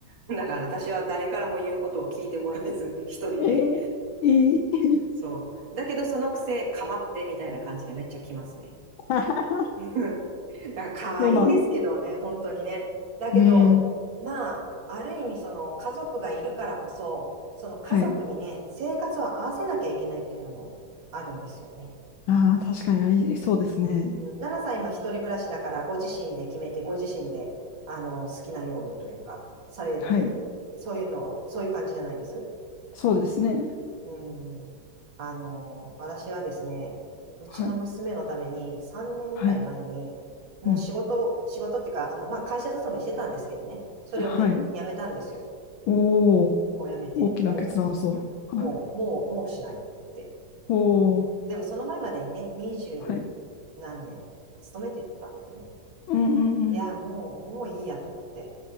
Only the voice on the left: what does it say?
ええいい。
<laughs>
そうなんですね。
うん。
はい。
ああ、確かにありそうですね。
はい。
そうですね。
はい。はい。
うん。
はい。
おお、
大きな決断そう。
はい。
おお、
はい。うんうんうん。